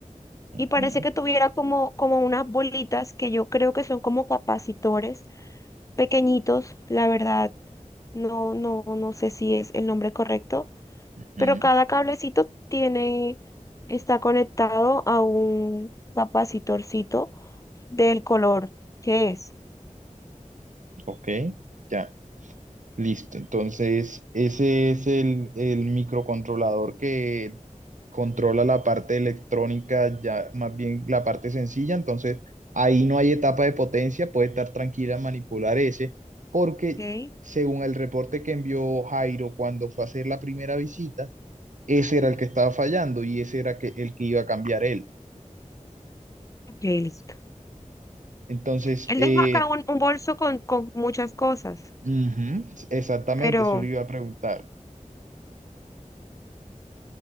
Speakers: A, on the right; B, on the left.
A: Ujú,
B: y parece que tuviera como, como unas bolitas que yo creo que son como capacitores pequeñitos, la verdad, no, no, no sé si es el nombre correcto,
A: ujú.
B: pero cada cablecito tiene, está conectado a un capacitorcito del color que es.
A: Ok, ya. Listo, entonces ese es el, el microcontrolador que controla la parte electrónica, ya más bien la parte sencilla, entonces ahí no hay etapa de potencia, puede estar tranquila en manipular ese, porque
B: Ok,
A: según el reporte que envió Jairo cuando fue a hacer la primera visita, ese era el que estaba fallando y ese era que, el que iba a cambiar él.
B: ok, listo.
A: Entonces,
B: Él
A: eh,
B: dejó acá un, un bolso con, con muchas cosas,
A: ujú, exactamente,
B: pero
A: eso le iba a preguntar.